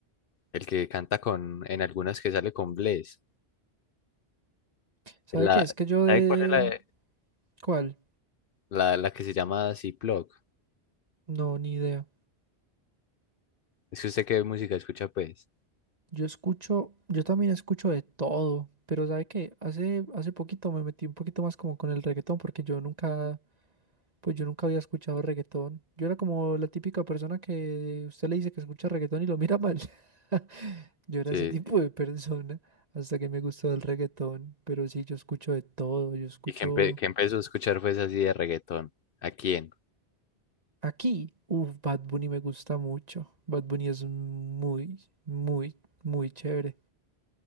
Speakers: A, on the left; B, on the right.
A: el que canta con, en algunas que sale con Bless.
B: ¿Sabe
A: La,
B: qué? Es que yo de...
A: ¿sabe cuál es la, de-
B: ¿Cuál?
A: la, la que se llama Ziploc?
B: No, ni idea.
A: Es que usted qué música escucha, pues.
B: Yo escucho, yo también escucho de todo, pero ¿sabe qué? Hace, hace poquito me metí un poquito más como con el reggaetón, porque yo nunca, pues yo nunca había escuchado reggaetón. Yo era como la típica persona que usted le dice que escucha reggaetón y lo mira mal. <laughs> Yo era
A: Sí.
B: ese tipo
A: sí.
B: de persona hasta que me gustó el reggaetón, pero sí, yo escucho de todo, yo escucho
A: Y que, empe- que empezó a escuchar pues así de reggaetón. ¿A quién?
B: aquí, uff, Bad Bunny me gusta mucho. Bad Bunny es muy, muy, muy chévere.